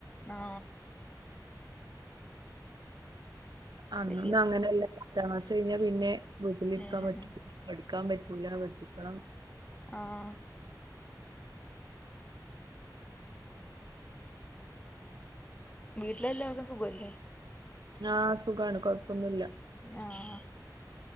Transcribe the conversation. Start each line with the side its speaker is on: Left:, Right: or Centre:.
Left: ആഹ്.
Right: അന്നൊന്നും
Left: ശരിയാ
Right: അങ്ങനെ ഇല്ല. പത്താം ക്ലാസ് കഴിഞ്ഞാ പിന്നെ വീട്ടിലിരിക്കാൻ
Left: ഉം
Right: പറ്റും. പഠിക്കാൻ പറ്റൂല കെട്ടിക്കണം.
Left: ആഹ്. വീട്ടില് എല്ലാവർക്കും സുഖല്ലേ?
Right: ആ സുഖാണ് കൊഴപ്പൊന്നുല്ല.
Left: ഞ്ഞാ ആഹ്.